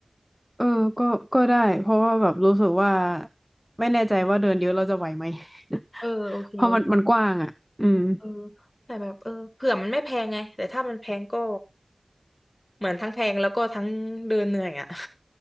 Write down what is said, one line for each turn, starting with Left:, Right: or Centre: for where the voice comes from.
Centre: เออก็ก็ได้ เพราะว่าแบบรู้สึกว่าไม่แน่ใจว่าเดินเยอะเราจะไหวไหม <laughs>
Left: เออโอเคโอเค
Centre: เพราะมันมันกว้างอ่ะ อืม
Left: เออแต่แบบเออเผื่อมันไม่แพงไงแต่ถ้ามันแพงก็เหมือนทั้งแพงแล้วก็ทั้งเดินเหนื่อยอ่ะ